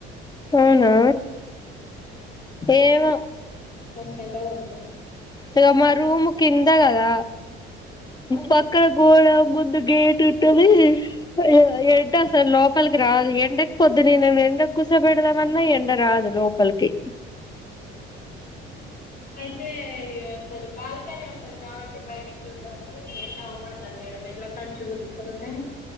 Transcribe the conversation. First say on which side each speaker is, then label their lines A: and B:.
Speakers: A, on the left; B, on the left.
A: అవునా ఏవ
B: చెెండవాడు
A: ఇక మ రూమ్ కిందగా ద పక్కడ గోడ ముందు గేట్ ఉంటది ఎడ ఎండ అసలు లోపలికి రాదు ఎండకి పోద్దు నేను ఎండ గుస పెడదామన్నా ఎండ రాదు లోపలికి
B: నాకైతే అసలు బాల్కనీ ఉంటది కాబట్టి బయటికి చూడడానికి ఎంత అవపడుతుంది మేడం ఎట్లా కంచి కూర్చుండే